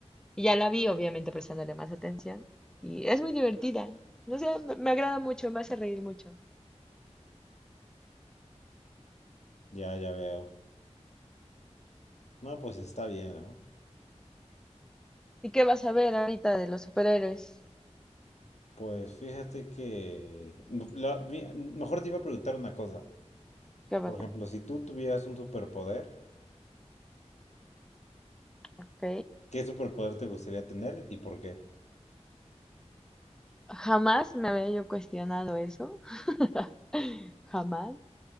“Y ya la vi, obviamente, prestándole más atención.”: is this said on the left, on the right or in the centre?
Centre